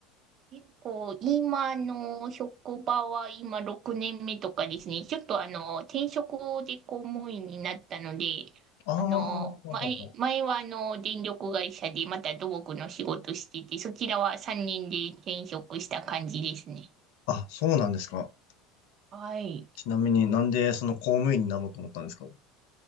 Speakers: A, on the right; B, on the left.
A: 結構、今の職場は今6年目とかですね、ちょっとあの、転職で公務員になったので、
B: ああー、
A: あの、
B: ほはは。
A: 前、前はあの、電力会社でまた土木の仕事してて、そちらは3年で転職した感じですね。
B: あ、そうなんですか。
A: はい。
B: ちなみになんでその公務員になろうと思ったんですか